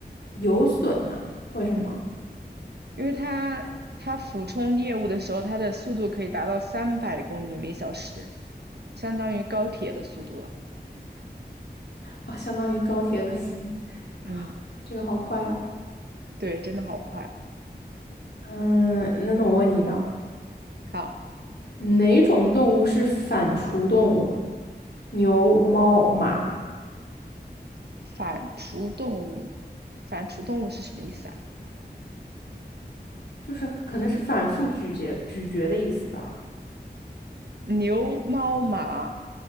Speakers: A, on the left; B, on the right.
A: 有隼呐、为什么？
B: 嗯。因为它它俯冲猎物的时候，它的速度可以达到三百公里每小时，相当于高铁的速度了。
A: 啊，相当于高铁的速度 <laughs>
B: 嗯，
A: 这个好快啊！
B: 对，真的好快。
A: 嗯，那那我问你一道，
B: 好，
A: 哪种动物是反刍动物？牛、猫、马，
B: 反刍动物，反刍动物是什么意思啊？
A: 就是可能是反复咀嚼、咀嚼的意思吧。
B: 牛、猫、马，